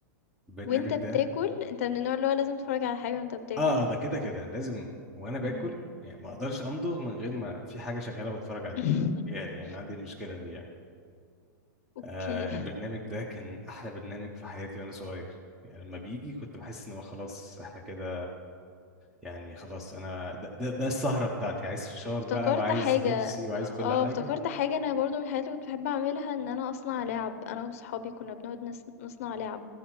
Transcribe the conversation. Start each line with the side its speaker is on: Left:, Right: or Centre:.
Centre: البرنامج
Left: وأنت بتاكل
Centre: ده
Left: أنت من النوع اللي هو لازم تتفرّج على حاجة وأنت بتاكل.
Centre: اه ده كده كده لازم وانا باكل
Left: إمم.
Centre: يعني ما اقدرش امضغ من غير ما في حاجه شغاله بتفرج عليها
Left: <laughs>
Centre: يعني انا عندي المشكله دي يعني
Left: أوكي،
Centre: آه البرنامج ده كان احلى برنامج في حياتي وانا صغير يعني لما بيجي كنت بحس ان هو خلاص احنا كده يعني خلاص انا ده, ده, ده السهرة بتاعتي عايز فشار
Left: افتكرت
Centre: بقى وعايز
Left: حاجة
Centre: بيبسي وعايز
Left: آه،
Centre: كل حاجة
Left: افتكرت حاجة أنا برضه من الحاجات اللي كنت باحب أعملها إن أنا أصنع لِعَب، أنا وصحابي كنا بنقعد نص نصنع لِعَب،